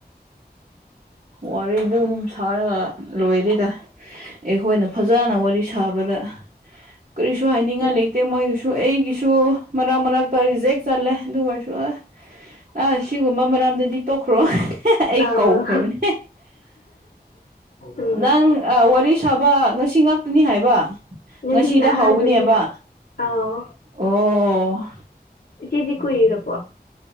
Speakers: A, on the right (about 45°); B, on the left (about 60°).
A: ꯋꯥꯔꯤꯗꯨꯝ ꯁꯥꯔꯒ ꯂꯣꯏꯔꯦꯗ ꯑꯩꯈꯣꯏꯅ ꯐꯖꯅ ꯋꯥꯔꯤ ꯁꯥꯕꯗ ꯀꯔꯤꯁꯨ ꯍꯥꯏꯅꯤꯡꯉꯥꯏ
B: ꯎꯝ
A: ꯂꯩꯇꯦ ꯃꯣꯏꯒꯤꯁꯨ ꯁꯨ ꯑꯩꯒꯤꯁꯨ ꯃꯔꯛ ꯃꯔꯛꯇ ꯔꯤꯖꯦꯛ ꯆꯠꯂꯦ ꯑꯗꯨ ꯑꯣꯏꯔꯁꯨ ꯑꯥ ꯑꯥ ꯑꯁꯤꯒꯨꯝꯕ ꯃꯔꯝꯗꯗꯤ ꯇꯣꯛꯈ꯭ꯔꯣ ꯑꯩ
B: ꯑꯥꯎ
A: ꯀꯥꯎꯈ꯭ꯔꯕꯅꯦ
B: ꯎꯝ
A: ꯅꯪ ꯅꯪ ꯋꯥꯔꯤ ꯁꯥꯕ ꯉꯁꯤ ꯈꯛꯇꯅꯤ ꯍꯥꯏꯕ
B: ꯉꯁꯤꯅ
A: ꯉꯁꯤꯗ
B: ꯑꯍꯥꯟꯕꯅꯦ
A: ꯍꯧꯕꯅꯦꯕ
B: ꯑꯥꯎ
A: ꯑꯣ
B: ꯏꯆꯦꯗꯤ ꯀꯨꯏꯔꯕꯣ